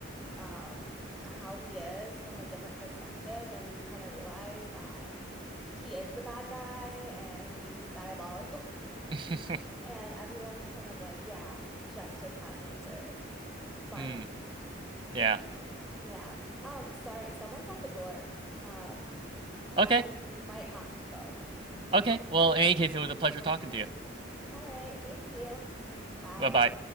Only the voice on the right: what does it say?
<laughs>
hmm yeah.
Okay.
Okay. Well, in any case, it was a pleasure talking to you.
Bye-bye.